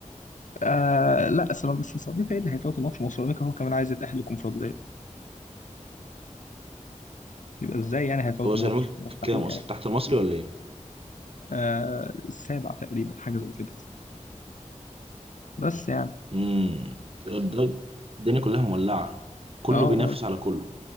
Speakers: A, on the left (about 75°); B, on the right (about 45°).
A: آه لا سلام بس سيراميكا ايه اللي هيفوتوا ماتش ما هو سيراميكا هو كمان عايز يتأهل للكونفدرالية يبقى ازاي يعني هيفوت
B: هو
A: الماتش
B: سيراميكا
A: مستحيل
B: كام اصلا
A: يعني
B: تحت المصري ولا ايه
A: آه السابع تقريبا حاجة زي كده بس يعني
B: امم ده- الدنيا كلها مولعه كله
A: اه اه
B: بينافس
A: آه،
B: على كله